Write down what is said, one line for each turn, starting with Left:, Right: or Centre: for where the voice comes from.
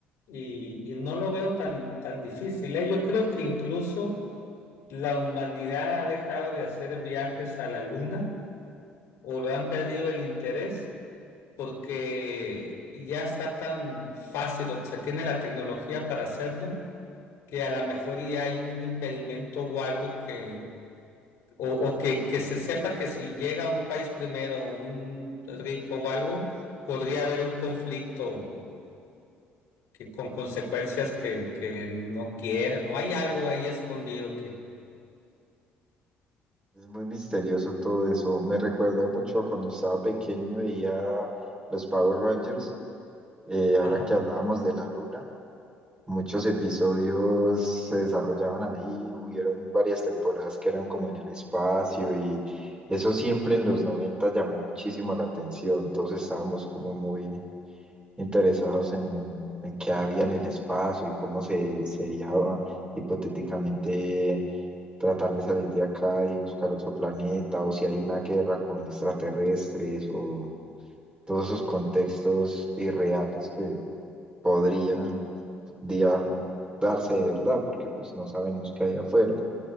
Left: y, y no lo veo tan, tan difícil, ¿eh? Yo creo que incluso la humanidad ha dejado de hacer viajes a la luna o lo han perdido el interés porque ya está tan fácil, o se tiene la tecnología para hacerlo, que a lo mejor ya hay un impedimento o algo que o, o que, que se sepa que si llega a un país primero, un rico o algo, podría haber un conflicto que, con consecuencias que, que no quieren, o hay algo ahí escondido que...
Right: Es muy misterioso todo eso. Me recuerda mucho a cuando estaba pequeño y veía los Power Rangers. Eh, ahora
Left: Ajá.
Right: que hablábamos de la luna, muchos episodios se desarrollaban ahí. Hubieron varias temporadas que eran como en el espacio y eso siempre en los 90 llamó muchísimo la atención. Todos estábamos como muy interesados en, en qué había en el espacio y cómo se sería ah, hipotéticamente tratar de salir de acá y buscar otro planeta, o si hay una guerra con extraterrestres, o todos esos contextos irreales que podrían algún día darse de verdad, porque pues no sabemos qué hay afuera.